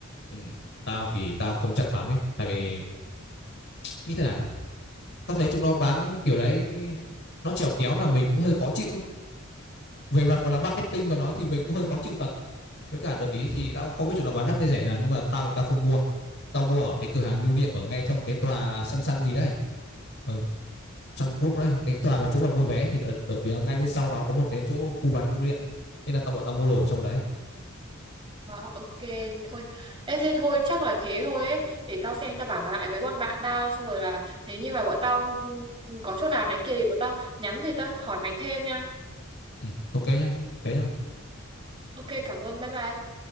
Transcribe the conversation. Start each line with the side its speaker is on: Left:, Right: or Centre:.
Left: ừ, tao thì tao không chắc lắm ấy tại vì như thế nào nhỉ tao thấy chúng nó bán kiểu đấy nó chèo kéo là mình cũng hơi khó chịu ấy về mặt gọi là marketing mà nói thì mình cũng hơi khó chịu thật với cả đợt ý thì tao cũng không biết chúng nó bán đắt hay rẻ nào nhưng mà tao thì tao không mua tao mua ở cái cửa hàng lưu niệm ở ngay trong cái tòa săn săn gì đấy ừ Sun Group đấy cái tòa mà chỗ mà mua vé thì ở, ở phía ngay bên sau nó có một cái chỗ khu bán lưu niệm nên là tao bọn tao mua đồ ở trong đấy
Right: À, ok thôi Ê, thế thôi chắc là thế thôi ấy để tao xem tao bảo lại với bọn bạn tao xong rồi là nếu như mà bọn tao ừ, có chỗ nào này kia thì bọn tao nhắn thì tao hỏi mày thêm nha
Left: ừ, ok nhá thế nhá
Right: ok cảm ơn bye bye